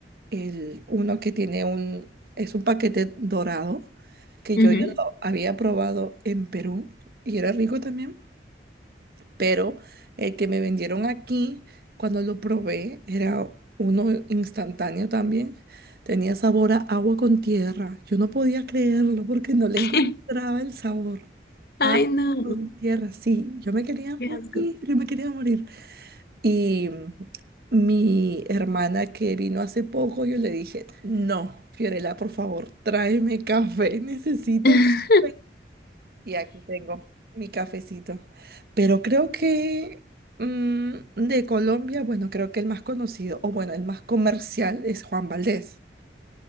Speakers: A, on the right; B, on the left.
A: el uno que tiene un, es un paquete dorado que
B: ujú.
A: yo ya lo había probado en Perú y era rico también pero el que me vendieron aquí, cuando lo probé, era uno instantáneo también. Tenía sabor a agua con tierra. Yo no podía creerlo porque no le
B: <laughs>
A: encontraba el sabor.
B: Ay,
A: Agua
B: no,
A: con tierra, sí. Yo me quería morir,
B: qué asco.
A: yo me quería morir. Y mi hermana que vino hace poco, yo le dije, no, Fiorella, por favor, tráeme café, <laughs> necesito
B: <laughs>
A: café. Y aquí tengo mi cafecito. Pero creo que mm, de Colombia, bueno, creo que el más conocido, o bueno, el más comercial es Juan Valdez.